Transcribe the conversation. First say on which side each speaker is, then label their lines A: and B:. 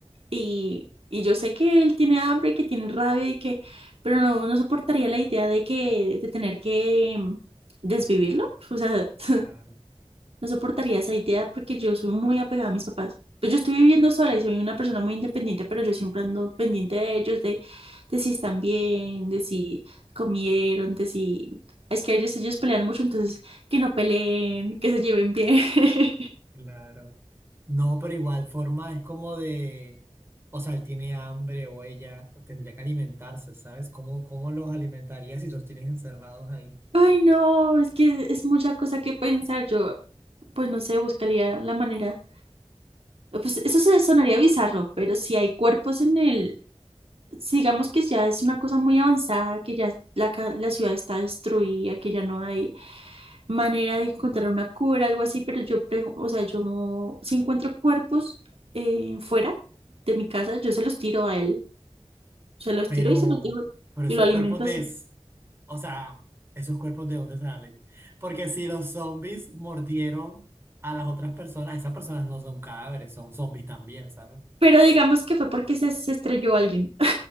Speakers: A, on the right; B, on the right.
A: Y, y yo sé que él tiene hambre, que tiene rabia y que, pero no, no soportaría la idea de que, de tener que mm, desvivirlo. O sea,
B: Claro,
A: <laughs> no soportaría esa idea porque yo soy muy apegada a mis papás. Pues yo estoy viviendo sola y soy una persona muy independiente, pero yo siempre ando pendiente de ellos, de, de si están bien, de si comieron, de si... Es que a veces ellos pelean mucho, entonces que no peleen, que se lleven bien. <laughs>
B: claro. No, pero igual forma es como de, o sea, él tiene hambre o ella tendría que alimentarse, ¿sabes? ¿Cómo, cómo los alimentarías si los tienes encerrados ahí?
A: Ay, no, es que es mucha cosa que pensar. Yo, pues no sé, buscaría la manera. Pues eso se sonaría bizarro, pero si hay cuerpos en el, si digamos que ya es una cosa muy avanzada, que ya la, ca- la ciudad está destruida, que ya no hay manera de encontrar una cura, algo así, pero yo prego, o sea, yo si encuentro cuerpos eh, fuera de mi casa, yo se los tiro a él, se los
B: Pero,
A: tiro y se los dejo
B: pero
A: y
B: esos
A: lo alimento
B: cuerpos de,
A: así.
B: O sea, esos cuerpos de dónde salen. Porque si los zombies mordieron a las otras personas, esas personas no son cadáveres, son zombies también, ¿sabes?
A: Pero digamos que fue porque se, se estrelló alguien.